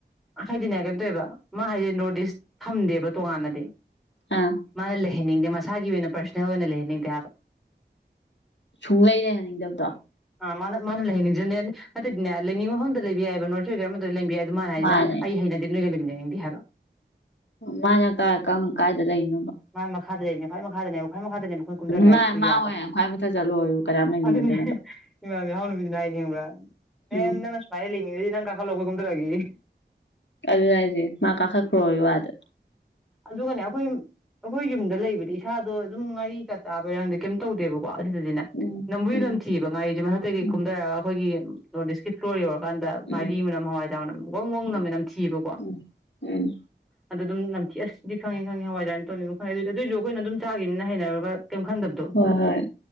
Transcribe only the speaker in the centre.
ꯍꯥꯏꯗꯤꯅꯦ ꯀꯩꯅꯣ ꯇꯧꯋꯦꯕꯥ ꯃꯥ ꯍꯥꯏꯗꯤ ꯅꯣꯔꯠ ꯏꯁ ꯊꯝꯗꯦꯕ ꯇꯣꯉꯥꯟꯅꯗꯤ
ꯃꯥꯅ ꯂꯩ ꯂꯩꯍꯟꯅꯤꯡꯗꯦ ꯃꯁꯥꯒꯤ ꯑꯣꯏꯅ ꯄꯔꯁꯣꯅꯦꯜ ꯑꯣꯏꯅ ꯂꯩꯍꯟꯅꯤꯡꯗꯦ ꯍꯥꯏꯕ
ꯑ ꯃꯥꯅ ꯃꯥꯅ ꯂꯩꯍꯟꯅꯤꯡꯗꯕꯅꯦ ꯅꯠꯇꯗꯤꯅꯦ ꯂꯩꯅꯤꯡ ꯃꯐꯝꯗ ꯂꯩꯕ ꯌꯥꯏꯕ ꯅ ꯑꯗꯣꯏꯒꯅꯥ ꯑꯃꯥ ꯗꯨꯗꯥ ꯂꯩꯕꯥ ꯌꯥꯏ ꯑꯗꯨ ꯃꯥꯅ ꯍꯥꯏꯖꯤꯅ
ꯑꯩ ꯍꯩꯅꯗꯦ ꯅꯣꯏ ꯂꯩꯃꯤꯅꯅꯤ ꯗꯤꯍꯕ
ꯃꯥ ꯃꯈꯥꯗ ꯂꯩꯕꯅꯦ ꯈꯨꯋꯥꯏ ꯃꯈꯥꯗꯅꯦꯕ ꯈ꯭ꯋꯥꯏ ꯃꯈꯥꯗꯅꯦꯕ ꯑꯩꯈꯣꯏ ꯀꯨꯝꯊꯔꯛꯀꯦ
ꯍꯥꯏꯗꯨ
ꯌꯥꯗꯕ
ꯑꯗꯨꯅꯦ ꯏꯃꯥ ꯅꯕꯤ ꯍꯥꯎ ꯅꯨꯄꯤ ꯗꯨꯅꯥ ꯍꯥꯏꯔꯤ ꯈꯪ ꯕꯔꯥ ꯃ
ꯅꯪ ꯁꯃꯥꯏꯂꯤꯅꯤ ꯅꯪ ꯀꯨꯝ ꯗꯔꯛ ꯑꯒꯦꯌꯦ
ꯑꯗꯨꯒꯅꯦ ꯑꯩꯈꯣꯏ ꯑꯩꯈꯣꯏ ꯌꯨꯝꯗ ꯂꯩꯕꯗꯤ ꯏꯁꯥꯗꯣ ꯑꯗꯨꯝ ꯉꯥꯔꯤꯒ ꯆꯥꯕꯩꯔꯪꯗꯤ ꯀꯩꯝ ꯇꯧꯗꯦꯕꯀꯣ ꯀꯣ ꯑꯁꯤꯗꯁꯤꯅꯦ
ꯅꯝꯕꯨꯁꯨ
ꯅꯝꯊꯤꯕ ꯉꯥꯔꯤꯁꯦ ꯃꯊꯛꯇꯒꯤ
ꯀꯨꯝꯊꯔꯒ ꯑꯩꯈꯣꯏꯒꯤ ꯅꯣꯔꯠ ꯏꯁ ꯀꯤ ꯐꯂꯣꯔ ꯌꯧꯔꯥ ꯀꯀꯥꯟꯗ ꯉꯥꯔꯤ
ꯃꯅꯝ ꯍꯋꯥꯏꯖ ꯃꯅꯝ ꯋꯥꯪ ꯋꯥꯋꯪꯅ
ꯃꯅꯝ ꯊꯤꯕꯀꯣ
ꯑꯗꯨ ꯑꯗꯨꯝ ꯑꯁ ꯁꯤꯗꯤ ꯈꯪꯉꯦ ꯈꯉꯦ ꯍꯋꯥꯏꯅ ꯇꯧꯅꯤ ꯑꯗꯨ ꯈꯪꯉꯦ ꯑꯗꯨꯗꯤ ꯑꯗꯨꯏꯁꯨ ꯑꯩꯣꯏꯅ ꯑꯗꯨꯝ ꯆꯥꯈꯤꯕꯅꯤꯅ ꯍꯩꯅꯔꯒ ꯀꯩꯝ ꯈꯟꯗꯕꯗꯣ